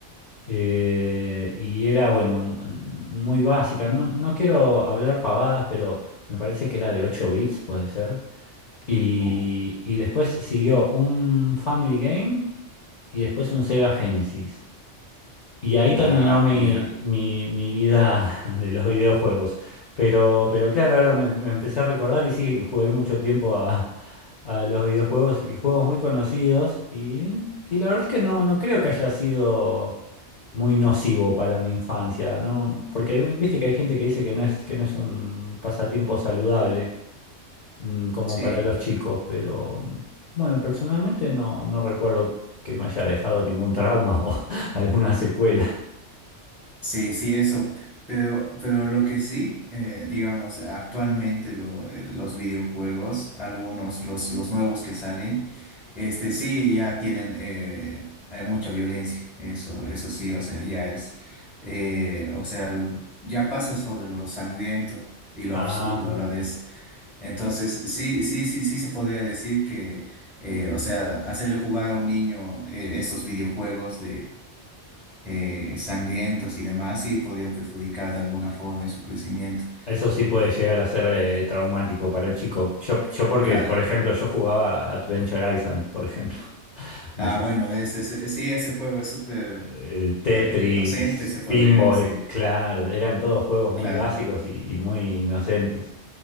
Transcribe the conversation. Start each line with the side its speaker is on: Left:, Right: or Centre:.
Left: Eh, y era, bueno, m- muy básica. No, no quiero hablar pavadas, pero me parece que era de 8 bits, puede ser. Y,
Centre: Oh.
Left: y después siguió un Family Game y después un Sega Genesis. Y ahí
Centre: Ah,
Left: terminó mi,
Centre: ya.
Left: mi- mi vida <laughs> de los videojuegos. Pero, pero claro, ahora me, me empecé a recordar y sí, jugué mucho tiempo a, a los videojuegos y juegos muy conocidos. Y, y la verdad es que no, no creo que haya sido muy nocivo para mi infancia, ¿no? Porque uy, viste que hay gente que dice que no es, que no es un pasatiempo saludable mm, como
Centre: Sí.
Left: para los chicos, pero mm, bueno, personalmente no, no recuerdo que me haya dejado ningún trauma <laughs> o alguna secuela.
Centre: Sí, sí, eso. Pero, pero lo que sí, eh, digamos, actualmente lo- eh, los videojuegos, algunos, los, los nuevos que salen, este sí ya tienen eh, eh, mucha violencia. Eso, eso sí, o sea, ya es, eh, o sea, l- ya pasa sobre lo sangriento y lo
Left: Ah,
Centre: absurdo a la vez. Entonces, sí, sí, sí, sí se podría decir que, eh, o sea, hacerle jugar a un niño eh, estos videojuegos eh, sangrientos y demás y podría perjudicar de alguna forma en su crecimiento.
Left: eso sí puede llegar a ser eh, traumático para el chico. Yo, yo porque,
Centre: Claro.
Left: por ejemplo, yo jugaba Adventure Island, por ejemplo. <laughs> No
Centre: Ah,
Left: sé
Centre: bueno,
Left: si-
Centre: es, es- es- sí, ese juego es súper
Left: eh, Tetris,
Centre: eh, inocente, se podría
Left: Pinball,
Centre: decir.
Left: claro, eran todos juegos muy
Centre: Claro,
Left: básicos y muy inocentes.